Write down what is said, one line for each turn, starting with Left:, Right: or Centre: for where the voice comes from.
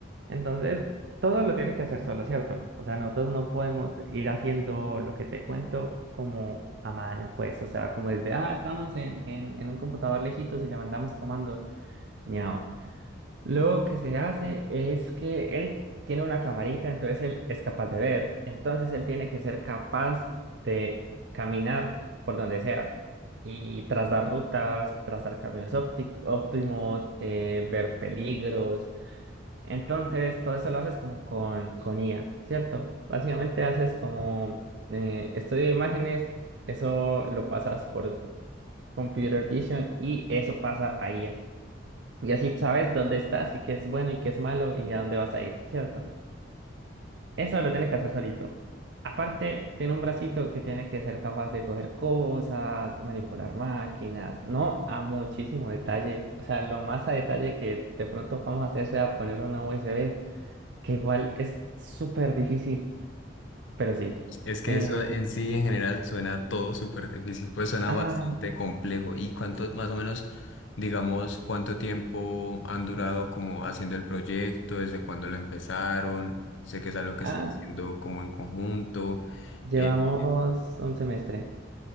Right: Entonces, todo lo tienes que hacer solo, ¿cierto? O sea, nosotros no podemos ir haciendo lo que te cuento como a mano, pues. O sea, como desde, ah, estamos en, en, en un computador lejitos y le mandamos comandos. Ñao. Lo que se hace es que él tiene una camarita, entonces él es capaz de ver. Entonces él tiene que ser capaz de caminar por donde sea y trazar rutas, trazar caminos ópti- óptimos, eh, ver peligros. Entonces todo eso lo haces como con, con IA, ¿cierto? Básicamente haces como eh, estudio de imágenes, eso lo pasas por Computer Vision y eso pasa a IA. Y así sabes dónde estás y qué es bueno y qué es malo y a dónde vas a ir, ¿cierto? Eso lo tienes que hacer solito. Aparte, tiene un bracito que tiene que ser capaz de coger cosas, de manipular máquinas, no a muchísimo detalle. O sea, lo más a detalle que de pronto vamos a hacer sea poner una USB, que igual es súper difícil, pero sí.
Left: Sí, Es que
Right: Eh,
Left: eso en sí en general suena todo súper difícil, pues suena
Right: ah,
Left: bastante complejo. ¿Y cuánto, más o menos, digamos, cuánto tiempo han durado como haciendo el proyecto? ¿Desde cuándo lo empezaron? Sé que es algo que
Right: ah,
Left: están haciendo como en conjunto.
Right: llevamos
Left: eh, eh,
Right: un semestre.